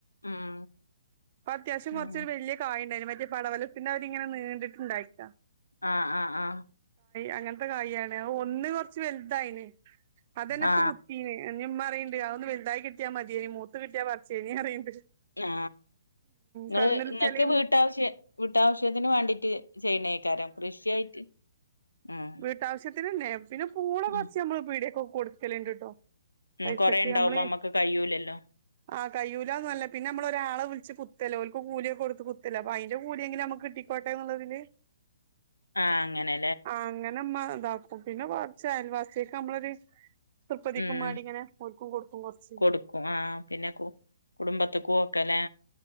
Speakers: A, on the left; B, on the right.
A: ഉം
B: ഇപ്പൊ അത്യാവശ്യം
A: ഉം
B: കുറച്ചൊരു വലിയ കായണ്ടായിന്നു മറ്റേ പടവലത്തിന്റെ മാരിങ്ങനെ നീണ്ടിട്ട്ണ്ടായിരിക്കാ
A: ആ ആ ആ
B: അങ്ങനത്തെ കായിയാണ് അ ഒന്ന് കൊറച്ച് വലുതായിന് അതന്നെ
A: ആ
B: ഇപ്പൊ കുത്തീന് നിമ്മ പറിയ്ണ്ട് അതേന്ന് വെലുതായി കിട്ടിയാ മതിയെനി മൂത്ത് കട്ടിയാ പറച്ചേനി അറിയ്ണ്ട്
A: ആ ഇങ്ങള്
B: കടന്നലുത്തിയാല്
A: ഇങ്ങൾക്ക് വീട്ടാവശ്യ വീട്ടാവശ്യത്തിന് വാണ്ടീട്ട് ചെയ്യണേക്കാരം കൃഷിയായിട്ട് ഉം
B: വീട്ടാവശ്യത്തിന്നെനെ പിന്നെ പൂള കുറച്ച്
A: ഉം
B: നമ്മള് പീടിയെക്കോക്കെ കൊടുക്കല്ണ്ട്ട്ടോ
A: ഉം
B: പൈസക്ക്
A: കൊറേ ഉണ്ടാവുമ്പോ
B: നമ്മള്
A: നമ്മക്ക് കഴിയൂലല്ലോ
B: ആ കയ്യൂലന്നല്ല പിന്നെ നമ്മളൊരാളെ വിളിച്ച് കു കുത്തല്ലെ ഓല്ക്ക് കൂലിയൊക്കെ കൊടുത്ത് കുത്തല്ലെ അപ്പൊ അതിന്റെ കൂലിയെങ്കിലും നമ്മക്ക് കിട്ടിക്കോട്ടെ ന്നുള്ളതില്
A: ആ അങ്ങനെ
B: അങ്ങനെമ്മ ഇതാക്കും പിന്നെ കുറച്ച് അയൽവാസിയാക് നമ്മളൊരു ത്യപ്പതിക്കും
A: ഉം
B: മാണ്ടിങ്ങനെ ഓര്ക്കും കൊടുക്കും കൊറച്ച്
A: കൊടുക്കും ആ പിന്നെ കു കുടുംബത്ത്ക്കും ഒക്കലെ